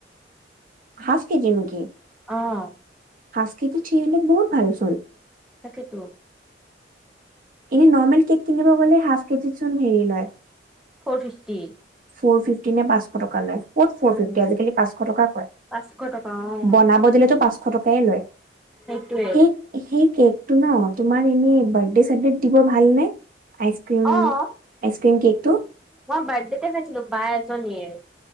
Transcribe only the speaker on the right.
হাঁচক জি নেকি।
স্কতি চি হাড্ৰেড বহুত ভাল চল।
এনে নৰ্মেল কেক কিনিব গ'লে হাফ কেজিত হেৰি লয়।
Four fifty নে পাঁচশ টকা লৈ। কত ফ
ফিফটি আজিকালি পাঁচশ টকা কয়,
বনাব দিলেতো পাঁচশ টকাই লয়।
সেই সেই কেকটো ন তোমাৰ এনে বাৰ্থডে চেলিব্ৰেট দিব ভালনে। আইচক্ৰীম
আইচক্ৰীম কেকটো